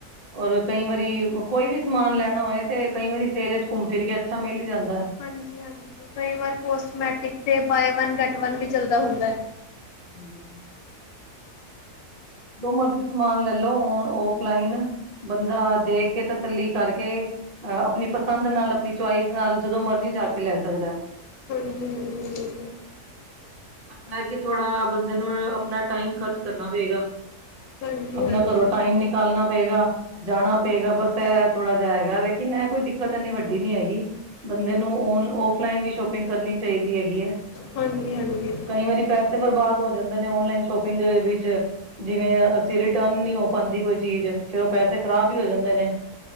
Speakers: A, on the right; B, on the left.
A: ਔਰ ਕਈ ਵਾਰੀ ਕੋਈ ਵੀ ਸਮਾਨ ਲੈਣਾ ਹੋਏ ਤੇ ਕਈ ਵਾਰੀ ਸੇਲ ਵਿਚ ਘੁੰਮ ਫਿਰ ਕੇ ਅੱਛਾ ਮਿਲ ਈ ਜਾਂਦਾ।
B: ਹਾਂਜੀ-ਹਾਜੀ ਕਈ ਵਾਰ ਕੌਸਮੈਟਿਕ ਤੇ ਬਾਏ ਵਨ ਗੈਟ ਵਨ ਵੀ ਚਲਦਾ ਹੁੰਦਾ।
A: <inaudible> ਜੋ ਮਰਜੀ ਸਮਾਨ ਲੈਲੋ ਔਨ ਔਫਲਾਈਨ ਬੰਦਾ ਦੇਖ ਕੇ ਤਸੱਲੀ ਕਰਕੇ ਅਹ ਆਪਣੀ ਪਸੰਦ ਨਾਲ ਆਪਣੀ ਚੁਆਇਸ ਨਾਲ ਜਦੋਂ ਮਰਜੀ ਜਾ ਕੇ ਲੈ ਸਕਦਾ।
B: ਹਾਂਜੀ ਹਾਂਜੀ,
A: ਅਪਨਾ ਕਿ ਥੋੜਾ ਬੰਦੇ ਨੂੰ, ਆਪਨਾ ਟਾਈਮ ਖਰਚ ਕਰਨਾ ਪਏਗਾ।
B: ਹਾਂਜੀ
A: ਅਪਨਾ
B: ਹਾਂਜੀ
A: ਘਰੋਂ ਟਾਈਮ ਨਿਕਾਲਨਾ ਪਏਗਾ। ਜਾਨਾ ਪਏਗਾ ਬਸ ਐਹ ਥੋੜ੍ਹਾ ਜੇਆ ਹੈਗਾ, ਲੇਕਿਨ ਐਹ ਕੋਈ ਦਿੱਕਤ ਇੰਨੀ ਵੱਡੀ ਨੀ ਹੈਗੀ। ਬੰਦੇ ਨੂੰ ਔਨ- ਔਫਲਾਈਨ ਵੀ ਸ਼ੋਪਿੰਗ ਕਰਨੀ ਚਾਈਦੀ ਹੈਗੀ ਐ।
B: ਹਾਂਜੀ- ਹਾਂਜੀ।
A: ਕਈ ਵਾਰੀ ਪੈਸੇ ਬਰਬਾਦ ਹੋ ਜਾਂਦੇ ਨੇ, ਔਨਲਾਈਨ ਸ਼ੋਪਿੰਗ ਦੇ ਵਿੱਚ। ਜਿਵੇਂ, ਅਸੀਂ ਰਿਟਰਨ ਨੀ ਹੋ ਪਾਂਦੀ ਕੋਈ ਚੀਜ਼, ਫੇਰ ਉਹ ਪੈਸੇ ਖ਼ਰਾਬ ਈ ਹੋ ਜਾਂਦੇ ਨੇ।